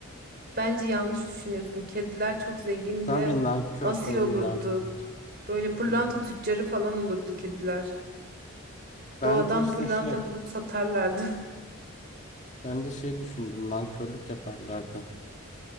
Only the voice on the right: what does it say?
Bence yanlış düşünüyorsun. Kediler çok zengin
ve
asil
olurdu.
Böyle pırlanta
tüccarı falan olurdu kediler.
Doğadan
pırlanta
bulup satarlardı. <laughs>